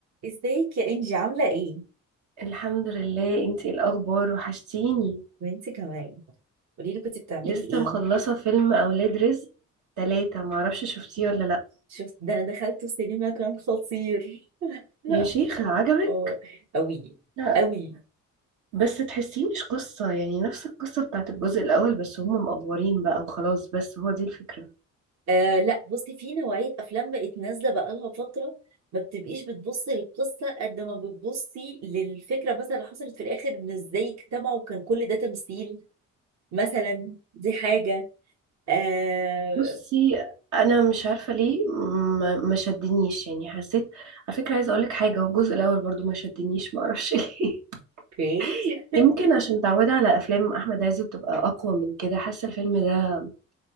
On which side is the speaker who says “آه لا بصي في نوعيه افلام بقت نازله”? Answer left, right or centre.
Right